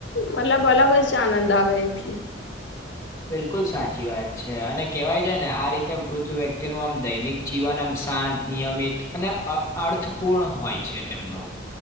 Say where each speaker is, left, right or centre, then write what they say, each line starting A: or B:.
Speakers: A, on the left; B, on the left.
A: મતલબ અલગ જ આનંદ આવે એથી
B: બિલકુલ સાચી વાત છે અને કહેવાય છે ને આ રીતે વૃદ્ધ વ્યક્તિનું આમ દૈનિક જીવન આમ શાંત નિયમિત અને અર્થપૂર્ણ હોય છે. તેમનો